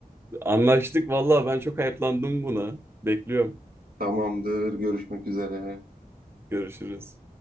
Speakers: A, on the right (about 15°); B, on the right (about 75°).
A: Anlaştık vallahi ben çok hayıflandım buna. Bekliyorum.
B: Tamamdır, görüşmek üzere.
A: Görüşürüz.